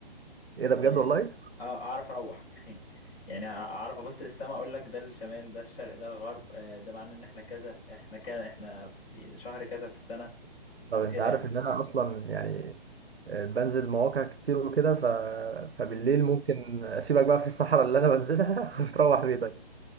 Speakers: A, on the right; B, on the left.
A: إيه ده
B: آه،
A: بجد والله؟
B: اه اعرف اروح <laughs> يعني اعرف ابص للسماء اقول لك ده الشمال ده الشرق ده الغرب آه، ده معناه ان احنا كذا احنا كذا احنا في شهر كذا في السنة
A: طب
B: وكده
A: أنت عارف
B: يعني
A: إن أنا أصلا يعني آه، بنزل مواقع كتير وكده ف... فبالليل
B: مم.
A: ممكن أسيبك بقى في الصحراء اللي أنا بنزلها <laughs> وتروح بيتك